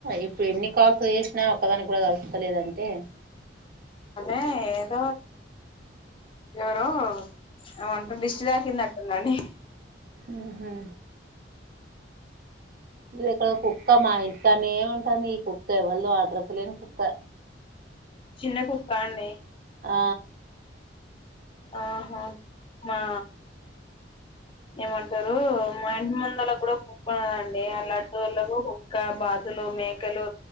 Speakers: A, on the right (about 50°); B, on the left (about 30°).
A: ఇప్పుడు ఎన్ని కాల్స్ చేసినా ఒకదానికి కూడా కలుస్తలేదంటే
B: ఏ ఏద ఎవరో అమంట దిష్టి దాకిందట్టుందండి
A: ఆహా ఇది ఇక్కడ కుక్క మా ఇంటికనే ఏ ఉంటుంది ఈ కుక్క ఎవల్దో అడ్రస్ లేని కుక్క
B: చిన్న కుక్క అండి
A: ఆ
B: ఆహా మా ఏమంటారు మా ఇంటి ముందు కూడా కుక్క ఉన్నదండి అ లడ్ వాళ్ళకు కుక్క బా పందులు మేకలు